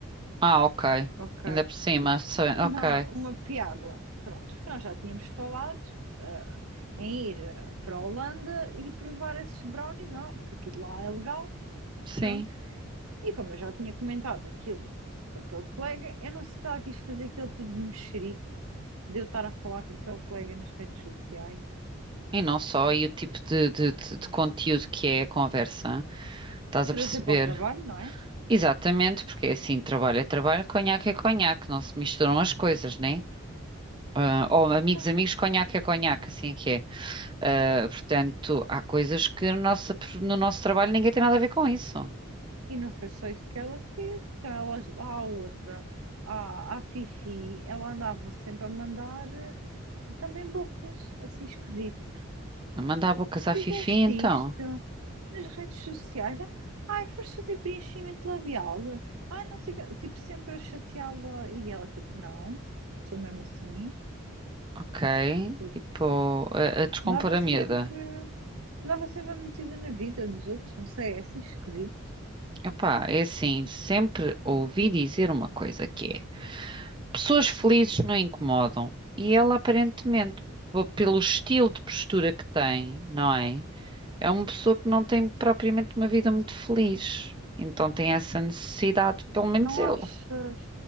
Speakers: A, on the right; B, on the right.
A: Ah, ok.
B: ok?
A: Ainda por cima, so-
B: Uma,
A: ok.
B: uma piada, pronto, porque nós já tínhamos falado ah, em ir eh, para a Holanda e provar esses brownies, não, porque aquilo lá é legal,
A: Sim.
B: pronto. E como eu já tinha comentado aquilo com aquele colega, eu não sei se ela quis fazer aquele tipo de mexerico de eu estar a falar com aquele colega nas redes sociais,
A: E não só, e o tipo de, de, de- de conteúdo que é a conversa, estás
B: trazer
A: a perceber?
B: para o trabalho, não é?
A: Exatamente, porque é assim, trabalho é trabalho, conhaque é conhaque, não se misturam as coisas, né? Ah, ou amigos,
B: Não.
A: amigos, conhaque é conhaque, assim é que é. Ah, portanto, há coisas que no nosso, no nosso trabalho ninguém tem nada a ver com isso.
B: E não foi só isso que ela fez. Então, ela, lá a outra, a, a Fifi, ela andava sempre a mandar eh, também bocas, assim esquisito.
A: Mandar bocas à
B: Fizeste
A: fifi, então.
B: isto nas redes sociais? Ah, Ai, foste fazer preenchimento labial? ah não sei o quê." Tipo, sempre a chateá-la. E ela, tipo, não, sou mesmo assim.
A: Ok,
B: Tipo,
A: tipo, a, a descompor
B: andava
A: a
B: sempre,
A: miúda.
B: andava sempre metida na vida dos outros, não sei, é assim esquisito.
A: Epá, é assim, sempre ouvi dizer uma coisa que é, pessoas felizes não incomodam. E ela aparentemente, p- pelo estilo de postura que tem, não é? É uma pessoa que não tem propriamente uma vida muito feliz. Então tem essa necessidade, pelo menos
B: Não
A: eu.
B: achas